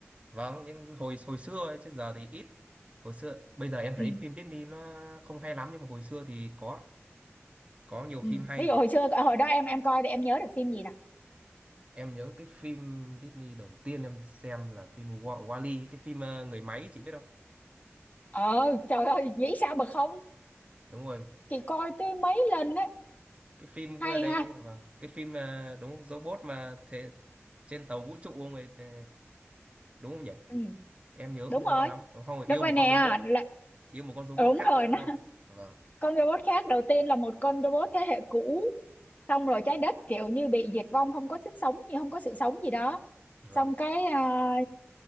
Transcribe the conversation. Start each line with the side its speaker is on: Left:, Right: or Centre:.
Right: Vâng, nhưng hồi hồi xưa ấy, chứ giờ thì ít. Hồi xưa, bây giờ em thấy
Left: Ừ,
Right: phim Disney nó không hay lắm nhưng mà hồi xưa thì có có nhiều
Left: ừ.
Right: phim hay.
Left: Ví dụ hồi xưa, hồi đó em em coi thì em nhớ được phim gì nè?
Right: Em nhớ cái phim Disney đầu tiên em xem là phim Wa- Wall-E, cái phim ờ, người máy chị biết không?
Left: Ờ, trời ơi, nghĩ sao mà không?
Right: Đúng rồi,
Left: Chị coi tới mấy lần đấy.
Right: cái phim
Left: Hay
Right: ờ, đấy
Left: ha.
Right: vâng, cái phim ờ, đúng robot mà thế trên tàu vũ trụ ông ấy ờ, đúng không nhỉ?
Left: Ừ,
Right: Em nhớ
Left: đúng
Right: không rõ
Left: rồi.
Right: lắm. Đúng không? Yêu
Left: Đúng rồi
Right: một
Left: nè.
Right: con robot,
Left: Là,
Right: yêu một con robot
Left: đúng
Right: khác
Left: rồi,
Right: nữa
Left: nó
Right: đúng không? Vâng,
Left: con robot khác đầu tiên là một con robot thế hệ cũ xong rồi trái đất kiểu như bị diệt vong không có sức sống gì không có sự sống gì đó
Right: vâng,
Left: xong cái à,